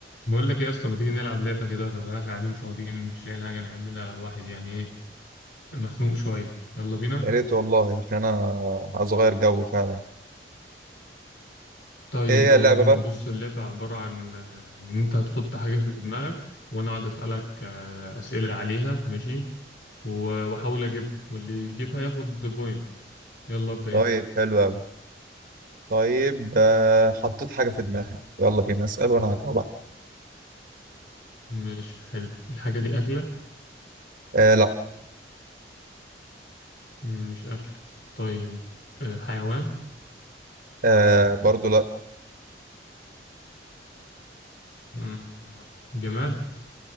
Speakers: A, on the left; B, on the right.
A: بقول لك إيه يا اسطى ما تيجي نلعب لعبة كده طب احنا قاعدين فاضيين مش لاقيين حاجة نعملها الواحد يعني ايه مخنوق شوية يلا بينا
B: يا ريت والله عشان انا عايز اغير جو فعلا
A: طيب
B: ايه هي
A: يلا
B: اللعبه
A: بينا
B: بقى
A: بص اللعبة عبارة عن آه، ان انت هتحط حاجة في دماغك وانا اقعد اسألك آه، اسئلة عليها ماشي و- واحاول اجيبها واللي يجيبها ياخد بوينت يلا ابدأ
B: طيب
A: انت
B: حلو قوي طيب آه حطيت حاجه في دماغي يلا بينا اسال وانا هجاوبك
A: ماشي حلو الحاجة دي أكلة
B: آه لا
A: مم، مش أكلة طيب آه، حيوان
B: آه برضو لا
A: مم، جماد